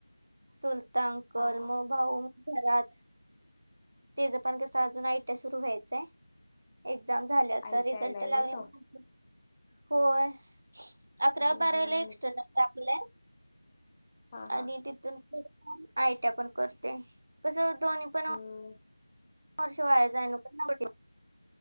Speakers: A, on the right; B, on the left.
A: सुलतान अकल
B: हा हा
A: मग भाऊ घरात तेज पण कसं अजून आटीया सुरू व्हायचंय. एक्झाम झाल्या
B: ऐकायला
A: तर रिझल्ट लागला
B: व्हय तो
A: कि होय
B: हम्म
A: अकरा बारावीला
B: हम्म
A: एक्स्टनल
B: म्हणजे
A: टाकलंय
B: हा हा
A: आणि तिथून पुढे आयटीया पण करते कसं दोन्ही पण
B: हम्म
A: वर्ष व्हाय जायला नको